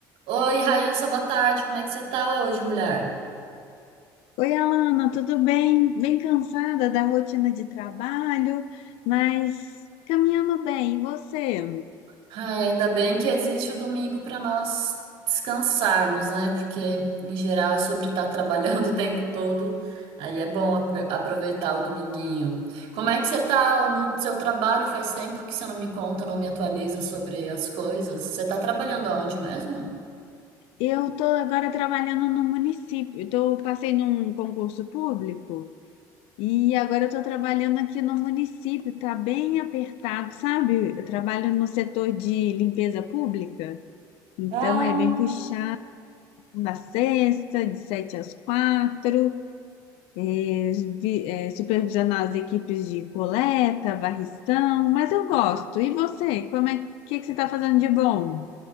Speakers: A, on the right; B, on the left.
A: Oi, Raíssa, boa tarde. Como é que você tá hoje, mulher?
B: Oi, Alana, tudo bem? Bem cansada da rotina de trabalho, mas caminhando bem. E você?
A: Ai, ainda bem que existe o domingo para nós descansarmos, né? Porque em geral é sobre estar <laughs> trabalhando o tempo todo. Aí é bom apro- aproveitar o dominguinho. Como é que você tá no seu trabalho? Faz tempo que você não me conta, não me atualiza sobre as coisas. Você tá trabalhando aonde mesmo?
B: Eu estou agora trabalhando no município. Então, eu tô- passei num concurso público e agora eu estou trabalhando aqui no município. Está bem apertado, sabe? Eu trabalho no setor de limpeza pública, então
A: Ah,
B: é bem puxado. Da sexta, de sete às quatro. eh, vi- eh, supervisionar as equipes de coleta, varrição, mas eu gosto. E você, como é que, que você está fazendo de bom?